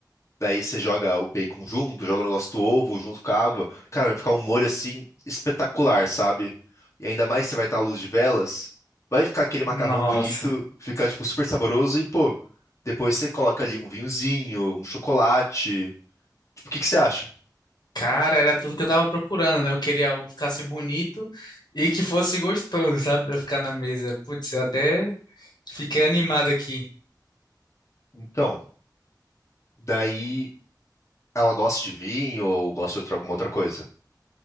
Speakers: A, on the left; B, on the left.
A: Daí você joga o bacon junto, joga o negócio do ovo junto com a água. Cara, vai ficar um molho assim espetacular, sabe? E ainda mais que você vai estar à luz de velas, vai ficar aquele macarrão
B: Nossa.
A: bonito, ficar tipo super saboroso e pô, depois você coloca ali um vinhozinho, um chocolate. Tipo, o que que você acha?
B: Cara, era tudo que eu tava procurando, né? Eu queria algo que ficasse bonito e que fosse gostoso, sabe? Pra ficar na mesa. Putz, eu até fiquei animado aqui.
A: Então, daí ela gosta de vinho ou gosta de outra, alguma outra coisa?